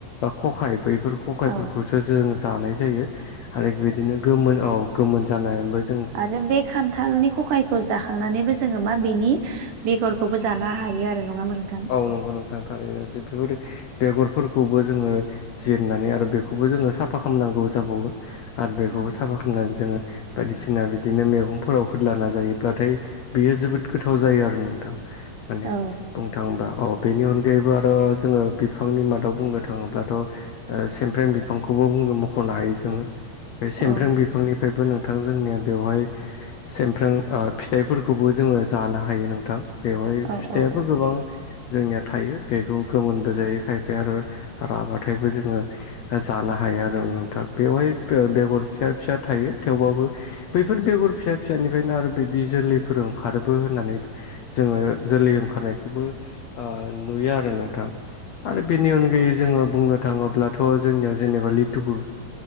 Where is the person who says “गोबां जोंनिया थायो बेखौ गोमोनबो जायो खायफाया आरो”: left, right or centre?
Left